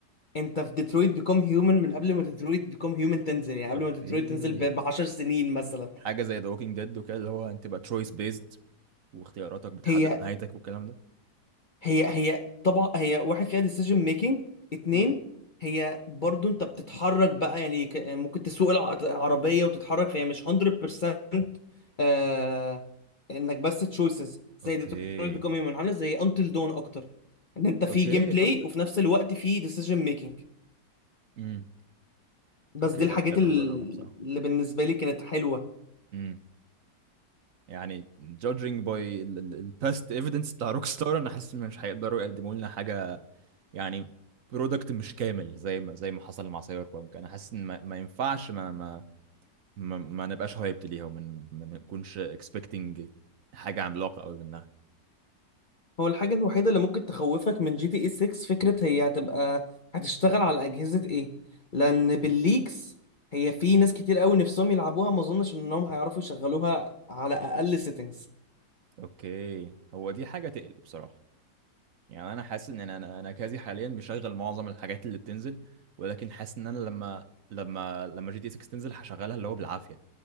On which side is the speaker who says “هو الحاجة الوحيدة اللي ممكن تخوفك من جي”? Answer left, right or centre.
Left